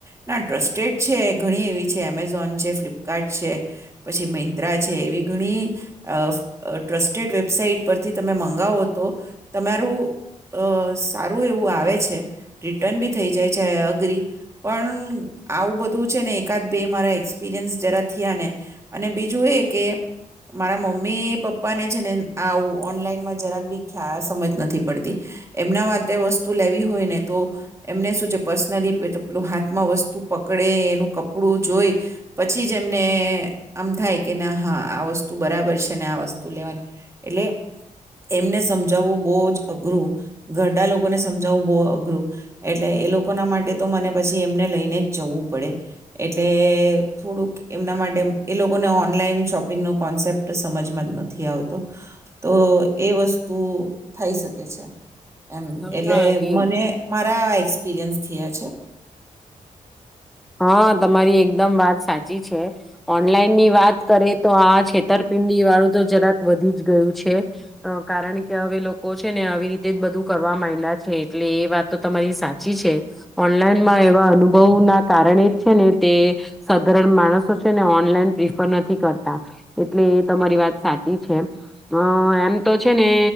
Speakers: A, on the right; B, in the centre.
A: ના ટ્રસ્ટેડ છે ઘણી એવી છે એમેઝોન છે ફ્લિપ ફલપકાર્ટ છે, પછી મિંત્રા છે એવી ઘણી, ટ્રસ્ટેડ વેબસાાઈટ પરથી તમે મંગાવો તો, તમારું સારું એવું આવે છે, રિટર્ન બી થઈ જાય છે એગ્રી પણ આવું બધું છે ને એકાદ બે મારા એક્સપિરિયન્સ જરા થયા ને, અને બીજું એ કે મારા મમ્મી પપ્પાને છે ને આવું ઓનલાઈનમાં જરાક બી ખ સમજ નથી પડતી, એમના માટે વસ્તુ લેવી હોય ને તો, એમને શું છે પર્સનલી પેલું હાથમાં વસ્તુ પકડે એનું કપડું જોઈ. પછી જ એમને આમ થાય કે ના હા આ વસ્તુ બરાબર છે ને આ વસ્તુ લેવાની, એટલે એમને સમજાવવું બહુ જ અઘરું, ઘરડા લોકોને સમજાવવું બહુ અઘરું, એટલે એ લોકોના માટે તો મને પછી એમને લઈને જ જવું પડે, એટલે થોડુંક એમના માટે એ લોકોને ઓનલાઈન શોપિંગનો કોન્સેપ્ટ સમજમાં જ નથી આવતો. તો એ વસ્તુ થઈ શકે છે એમ,
B: હા
A: એટલે
B: એ
A: મને મારા <unintelligible>
B: હા તમારી એકદમ વાત સાચી છે, ઓનલાઈન ની વાત કરે તો આ છેતરપિંડની વાળું તો જરાક વધી જ ગયું છે, કારણ કે હવે લોકો છે ને આવી રીતે જ બધું કરવા માંડા છે એટલે એ વાત તો તમારી સાચી છે, ઓનલાઈનમાં એવા અનુભવ ના કારણ જ છે ને તે, સાધારણ માણસો છે ને ઓનલાઈન પ્રિફર નથી કરતા, એટલે એ તમારી વાત સાચી છે, અ એમ તો છે ને